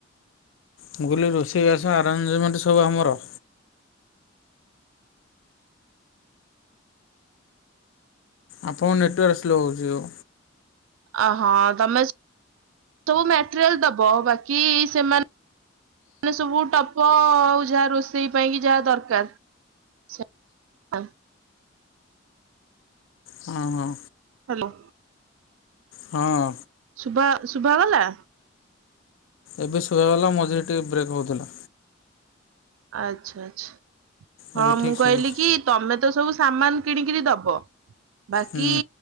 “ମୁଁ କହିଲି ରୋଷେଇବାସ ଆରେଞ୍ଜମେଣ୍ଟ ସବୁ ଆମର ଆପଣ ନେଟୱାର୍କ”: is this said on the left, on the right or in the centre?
Left